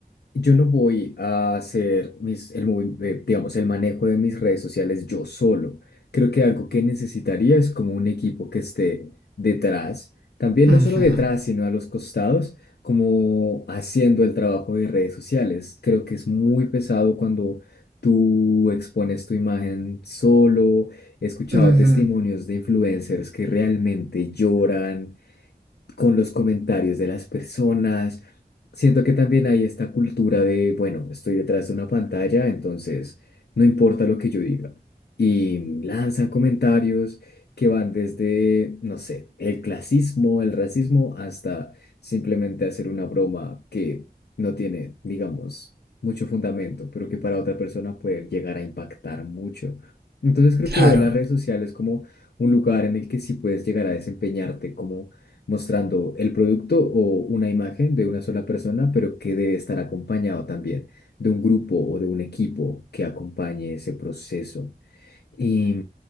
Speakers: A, on the left; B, on the right.
A: Yo no voy a hacer mis, el, movi- eh, digamos, el manejo de mis redes sociales yo solo. Creo que algo que necesitaría es como un equipo que esté detrás, también
B: Ujú,
A: no solo detrás, sino a los costados, como haciendo el trabajo de redes sociales. Creo que es muy pesado cuando tú expones tu imagen solo. He escuchado
B: ujú,
A: testimonios de influencers que realmente lloran con los comentarios de las personas. Siento que también hay esta cultura de, bueno, estoy detrás de una pantalla, entonces no importa lo que yo diga. Y lanzan comentarios que van desde, no sé, el clasismo, el racismo, hasta simplemente hacer una broma que no tiene, digamos, mucho fundamento, pero que para otra persona puede llegar a impactar mucho. Entonces creo
B: claro.
A: que veo las redes sociales como un lugar en el que sí puedes llegar a desempeñarte como mostrando el producto o una imagen de una sola persona, pero que debe estar acompañado también de un grupo o de un equipo que acompañe ese proceso. Y,